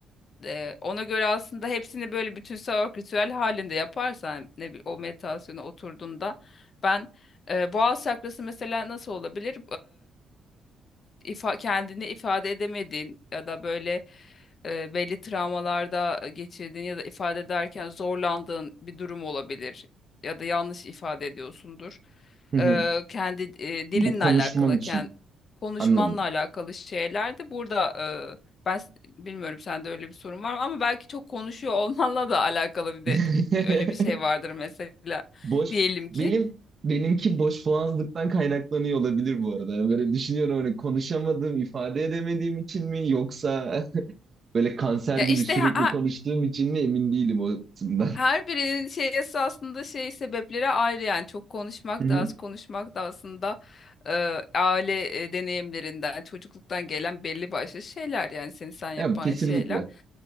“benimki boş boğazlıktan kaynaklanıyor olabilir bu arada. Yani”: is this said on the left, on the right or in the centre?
Right